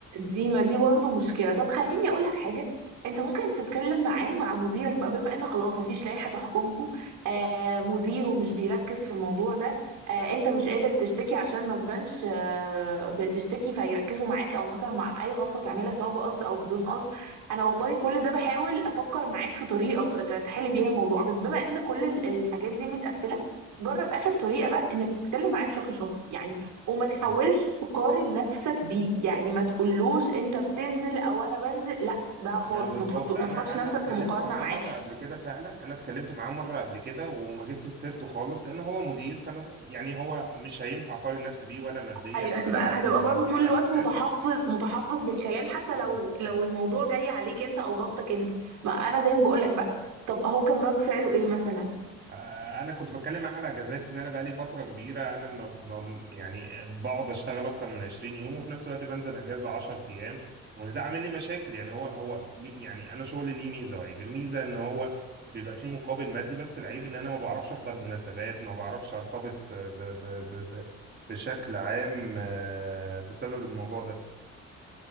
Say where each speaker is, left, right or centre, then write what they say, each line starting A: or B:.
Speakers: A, on the right (about 80°); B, on the right (about 35°).
A: دي ما دي برضه مشكله طب خليني اقول لك حاجه انت ممكن تتكلم معاه مع مديرك بقى بما ان خلاص مفيش لائحه تحكمكم آه مديره مش بيركز في الموضوع ده آه انت مش قادر تشتكي عشان ما تبانش آه بتشتكي فيركزوا معاك او مثلا مع اي غلطه تعملها سواء بقصد او بدون قصد انا والله كل ده بحاول افكر معاك في طريقه ت- تحل بيها الموضوع بس بما ان كل ال- الحاجات دي متقفله جرب اخر طريقه بقى انك تتكلم معاه بشكل شخصي يعني وما تحاولش
B: مم.
A: تقارن نفسك بيه يعني ما تقولوش انت بتنزل او انا بنزل لا ده خالص
B: ما بالظبط
A: ما تحط
B: انا
A: ما تحطش
B: انا
A: نفسك
B: اتكلمت
A: في مقارنة
B: معاه
A: معاه
B: مره قبل كده فعلا انا اتكلمت معاه مره قبل كده وما جبت سيرته خالص لان هو مدير فانا يعني هو مش هينفع اقارن نفسي بيه ولا ماديا
A: ايوه هتبقى
B: ولا على
A: هتبقى برضو
B: موضوع
A: طول
B: الاجازات
A: الوقت متحفظ متحفظ بالكلام حتى لو
B: بالظبط
A: لو الموضوع جاي عليك انت او ضغطك انت ما انا زي ما بقولك بقى طب هو كان رد فعله ايه مثلا
B: آه، انا كنت بتكلم معاه على اجازات ان انا بقالي فتره كبيره انا ما ما- يعني آه، بقعد اشتغل اكتر من 20 يوم وفي نفس الوقت بنزل اجازه 10 ايام وان ده عامل لي مشاكل يعني هو هو مي- يعني انا شغلي ليه ميزه وعيب الميزه ان هو بيبقى فيه مقابل مادي بس العيب ان انا ما بعرفش احضر مناسبات ما بعرفش ارتبط آه، ب ب ب ب بشكل عام آه، بسبب الموضوع ده